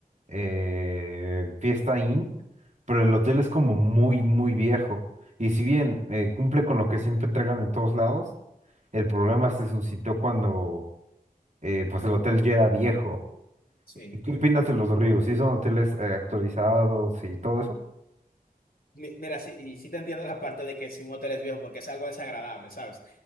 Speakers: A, on the right; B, on the left.
A: eh, Fiesta Inn, pero el hotel es como muy, muy viejo. Y si bien eh, cumple con lo que siempre entregan en todos lados, el problema se suscitó cuando eh, pues el hotel ya era viejo.
B: sí.
A: ¿Y ¿Qué opinas de los ríos? ¿Sí son hoteles eh, actualizados y todo eso?
B: Mi- Mira, sí, y sí te entiendo la parte de que si un hotel es viejo, porque es algo desagradable, ¿sabes?